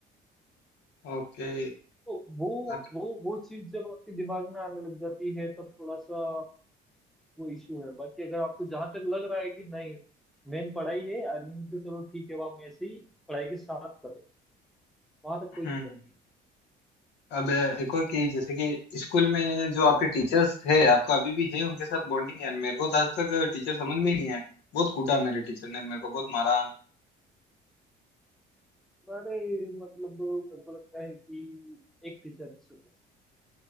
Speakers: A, on the left; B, in the centre.
A: ओके
B: तो वो
A: आप
B: वो वो चीज जब आपके दिमाग में आने लग जाती है तब थोड़ा सा वो इशू है बाकी अगर आपको जहां तक लग रहा है कि नहीं मेन पढ़ाई है अर्निंग तो चलो ठीक है वो आप ऐसे ही पढ़ाई के साथ करो वहां तक कोई
A: हम्म
B: दिक्कत
A: हम्म।
B: नहीं
A: अब एक और कि जैसे कि स्कूल में जो आपके टीचर्स थे आपका अभी भी है उनके साथ बॉन्डिंग यार मेरे को तो आज तक टीचर समझ में ही नहीं आए बहुत कूटा मेरे टीचर ने मेरे को बहुत मारा
B: अरे मतलब मेरे को लगता है कि एक टीचर अच्छी थी